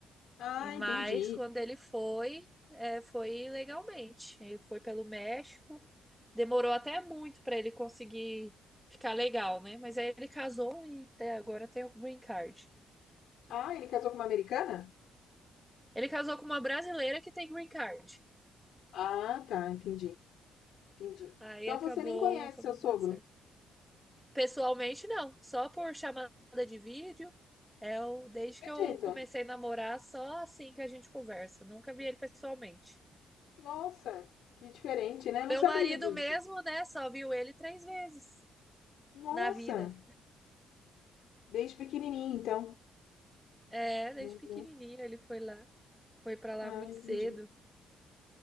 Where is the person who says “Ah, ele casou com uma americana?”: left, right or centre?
Left